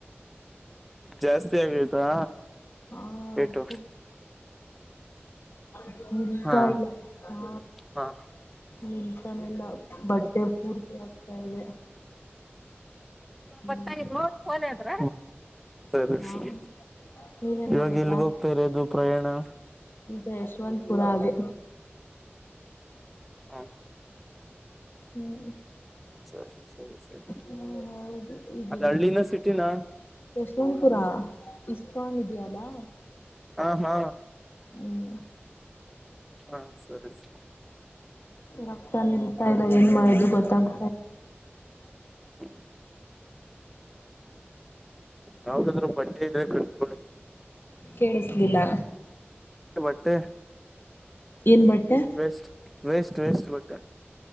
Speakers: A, in the centre; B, on the left (about 55°).
A: ಜಾಸ್ತಿ ಆಗೈತಾ
B: ಹಾರ್
A: ಏಟು
B: ದಿವ ನಿಲ್ತಾ
A: ಹಾ
B: ಇಲ್ಲ ಹಾ
A: ಹಾ
B: ನಿನ್ಸಾನೆಲ್ಲ ಬಟ್ಟೆ ಪೂರ್ತಿ ಆಗ್ತಾ ಇದೆ ಹ್ಮ್
A: ಬರತೈಲ್ವೋ ಕೋಲಿ ಹತ್ರ ದ್ರ
B: ಹಾ
A: ಸರಿ
B: ನೀವೇನ್
A: ಇವಾಗ
B: ಮಾಡಿದ್ರಾ
A: ಎಲ್ಗ ಹೋಗ್ತಾರೆ ಅದು ಪ್ರಯಾಣ
B: ಈಗ ಯಶವಂತಪುರ ಹಾಗೆ
A: ಹ್ಮ್
B: ಹ್ಮ್
A: ಸರಿ ಸರಿ ಸರಿ
B: ಹ್ಮ್ ಹೌದು ಈಗ
A: ಅದ್ ಹಳ್ಳಿನ ಸಿಟಿನಾ
B: ಯಶವಂತಪುರ ಇಸ್ಕಾನ್ ಇದೆಯಲ್ಲಾ
A: ಹ ಹಾ
B: ಹ್ಮ್
A: ಹಾ ಸರಿ ಸರಿ
B: ರಕ್ತ ನಿಲ್ತಾ ಇಲ್ಲ ಏನ್ ಮಾಡದು ಗೊತ್ತಾಗ್
A: ಹ್ಮ್ ಯಾವಾಗಾದ್ರೂ ಬಟ್ಟೆ ಇದ್ರೆ ಕಟ್ಕೊಳ್ಳಿ
B: ಕೇಳಿಸ್ಲಿಲ್ಲ
A: ಬಟ್ಟೆ
B: ಏನ್ ಬಟ್ಟೆ
A: ವಸ್ ವೆಸ್ಟ್ ವೆಸ್ಟ್ ಬಟ್ಟೆ